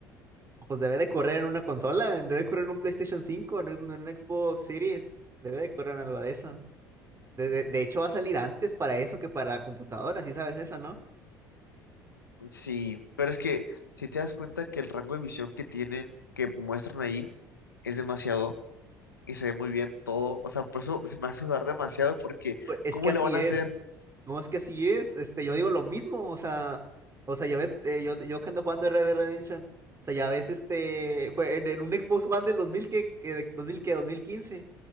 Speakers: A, on the right; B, on the left.
A: Pues debe de correr en una consola, debe de correr en un PlayStation cinco, en un, en un Xbox Series, debe de correr en algo de eso. De, de- de hecho, va a salir antes para eso que para la computadora, sí sabes eso, ¿no?
B: Sí, pero es que si te das cuenta que el rango de visión que tienen, que muestran ahí, es demasiado y se ve muy bien todo, o sea, por eso se me hace dudar demasiado porque
A: Pues es
B: ¿cómo
A: que así
B: le van a
A: es.
B: hacer?
A: No, es que así es. Este, yo digo lo mismo, o sea, o sea, ya ves, eh, yo, yo que ando jugando Red Dead Redemption, o sea, ya ves, este, jue- en, en un Xbox One del 2000 que, que, de- 2000 que 2015,